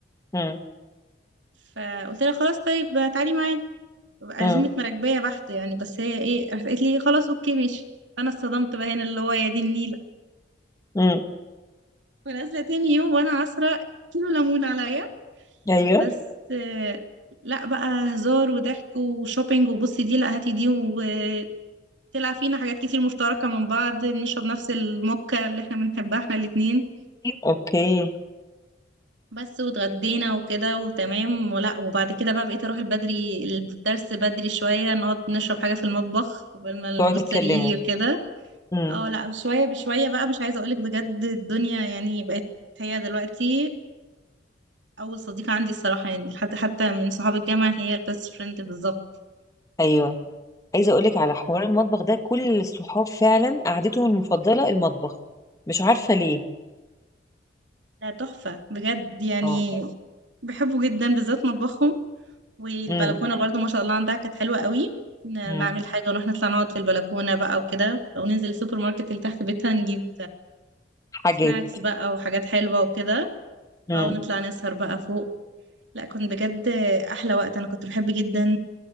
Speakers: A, on the left; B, on the right.
A: امم
B: فقلت لها خلاص طيب تعالي معايا عزومة
A: امم
B: مراكبية بحت يعني بس هي ايه راحت قالت لي خلاص اوكي ماشي فانا اتصدمت بقى هنا اللي هو يا دي النيلة
A: امم
B: ونازلة تاني يوم وانا عصرة كيلو ليمون عليا
A: ايوه
B: بس آه، لا بقى هزار وضحك وشوبينج وبصي دي لا هاتي دي وطلع فينا حاجات كتير مشتركة من بعض نشرب نفس الموكا اللي احنا بنحبها احنا الاتنين
A: اوكي
B: بس واتغدينا وكده وتمام ولا وبعد كده بقى بقيت اروح البدري الدرس بدري شوية نقعد نشرب حاجة في المطبخ قبل ما المستر
A: تقعدوا تتكلموا
B: يجي وكده
A: امم
B: اه لا بشوية بشوية بقى مش عايزة اقولك بجد الدنيا يعني بقت هي دلوقتي اول صديقة عندي الصراحة يعني لحد حتى من صحاب الجامعة هي البيست فريند بالظبط
A: ايوه عايزه اقول لك على حوار المطبخ ده كل الصحاب فعلا قعدتهم المفضله المطبخ مش عارفه ليه
B: ده تحفة بجد يعني
A: اه
B: بحبه جدا بالذات مطبخهم والبلكونه
A: امم
B: برضو ما شاء الله عندها كانت حلوه قوي ن-
A: امم
B: نعمل حاجه ونروح نطلع نقعد في البلكونه بقى وكده او ننزل السوبر ماركت اللي تحت بيتها نجيب
A: حاجات
B: سناكس بقى وحاجات حلوه وكده
A: امم
B: او نطلع نسهر بقى فوق لا كنت بجد احلى وقت انا كنت بحب جدا